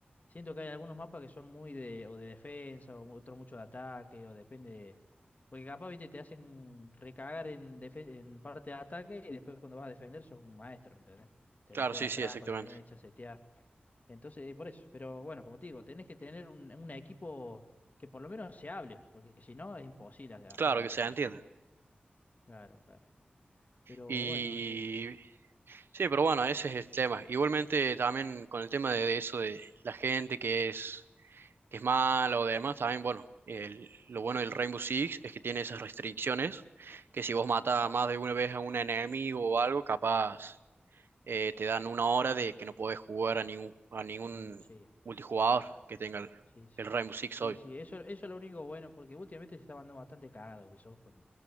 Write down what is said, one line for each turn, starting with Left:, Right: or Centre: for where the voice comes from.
Left: Siento que hay algunos mapas que son muy de, o de defensa, o otros mucho de ataque, o depende. de- Porque capaz, viste, te hacen recagar en, defe- en parte de ataque y después cuando vas a defender sos un maestro, ¿entendés? Tenés
Right: Claro,
Left: todas
Right: sí,
Left: las
Right: sí,
Left: trampas
Right: exactamente.
Left: bien hechas, seteadas. Entonces, eh, por eso. Pero bueno, como te digo, tenés que tener un, un equipo que por lo menos se hable, porque si no es imposible hacer
Right: Claro
Left: algo
Right: que se
Left: solo,
Right: entiende.
Left: ¿viste? Claro, claro. Pero
Right: Y
Left: bueno, eh,
Right: sí, pero bueno, ese es el tema. Igualmente también con el tema de, de eso de la gente que es, que es mala o demás, también bueno, el- lo bueno del Rainbow Six es que tiene esas restricciones, que si vos
Left: mm,
Right: matas más de una vez a un enemigo o algo, capaz eh, te dan una hora de que no podés jugar a ningún, a ningún
Left: mm, sí.
Right: multijugador que tenga el,
Left: Sí, sí.
Right: el Rainbow Six,
Left: Sí,
Right: obvio.
Left: sí, eso, eso es lo único bueno, porque últimamente se está mandando bastante cagado Ubisoft con